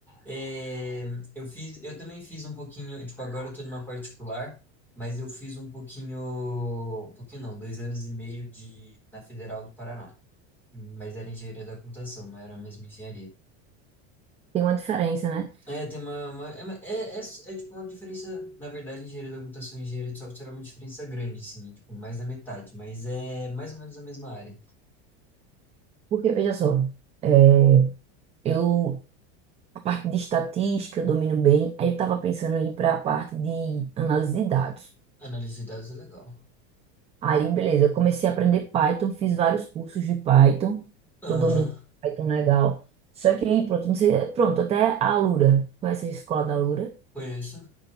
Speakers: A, in the centre; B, on the right.
A: É, eu fiz, eu também fiz um pouquinho, tipo, agora eu tô numa particular, mas eu fiz um pouquinho, um pouquinho não, dois anos e meio de, na Federal do Paraná. Mas era engenharia da computação, não era a mesma engenharia.
B: Tem uma diferença, né?
A: É, tem uma, uma- é, uma- é, é, é, tipo uma diferença, na verdade, engenharia da computação e engenharia de software é uma diferença grande, assim, é, tipo, mais da metade, mas é mais ou menos a mesma área.
B: Porque, veja só, é, eu, a parte de estatística eu domino bem, aí eu estava pensando em ir para a parte de análise de dados.
A: Análise de dados é legal.
B: Aí, beleza, eu comecei a aprender Python, fiz vários cursos de Python,
A: Aham,
B: tô dominando Python legal. Só que aí, pronto, não sei, pronto, até a Alura, conhece a escola da Alura?
A: conheço.